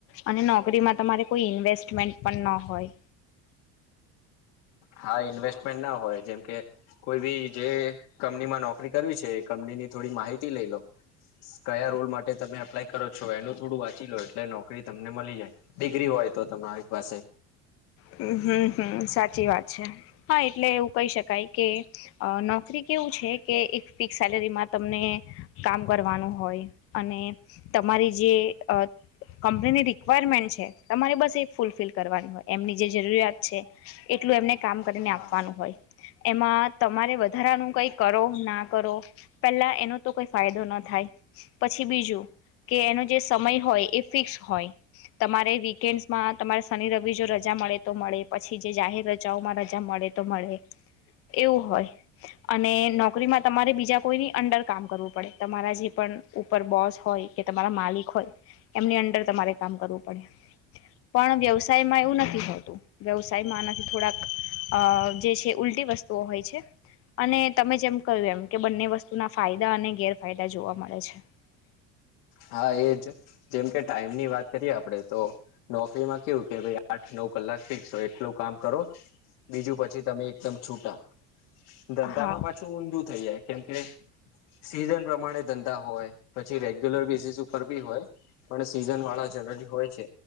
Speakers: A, on the left; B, on the left.
A: અને નોકરીમાં તમારે કોઈ ઇન્વેસ્ટમેન્ટ પણ ના હોય
B: હા ઇન્વેસ્ટમેન્ટ ના હોય જેમકે કોઈ બી જે કંપનીમાં નોકરી કરવી છે એ કંપની ની થોડી માહિતી લઈ લો કયા રોલ માટે તમે એપ્લાય કરો છો એનું થોડું વાંચી લો એટલે નોકરી તમને મળી જાય ડિગ્રી હોય તો તમારી પાસે
A: હ <unintelligible> હમ હમ હમ સાચી વાત છે હા એટલે એવું કહી શકાય કે નોકરી કેવું કે એક ફિક્સ સેલેરીમાં તમને કામ કરવાનું હોય અને તમારી જે કંપનીની રિક્વાયરમેન્ટ છે તમારે બસ એ ફૂલફિલ કરવાની હોય એમની જે જરૂરિયાત છે એટલું એમને કામ કરીને
B: હા
A: આપવાનું હોય એમાં તમારે વધારાનું કઈ કરો ના કરો પેલા એનો તો કોઈ ફાયદો ન થાય પછી બીજું કે એનો જે સમય હોય એ ફિક્સ હોય તમારે વીકેન્ડમાં તમારે શનિ રવિ જો રજા રજા મળે તો મળે પછી જે જાહેર રજાઓમાં રજા મળે તો મળે એવું હોય અને નોકરીમાં તમારે બીજા કોઈની અંડર કામ કરવું પડે તમારા જે પણ ઉપર બોસ હોય કે તમારા માલિક હોય એમની અંદર તમારે કામ કરવું પડે પણ વ્યવસાયમાં એવું નથી હોતું વ્યવસાયમાં આનાથી થોડાક અ જે છે ઉલટી વસ્તુઓ હોય છે અને તમે જેમ કહ્યું એમ કે બંને વસ્તુના ફાયદા અને ગેરફાયદા જોવા મળે છે <unintelligible>
B: હા એજ જેમ કે ટાઈમ ની વાત કરીએ આપડે તો નોકરીમાં કેવું કે આઠ નવ કલાક શીસો એટલું કામ. કરો બીજું પછી તમે એકદમ છૂટા ધંધામાં
A: હા
B: પાછું ઊંધું. થઈજાય કેમ સીઝન પ્રમાણે ધંધા હોય પછી રેગ્યુલર <unintelligible> હોય સીઝન વાળા જર હોય છે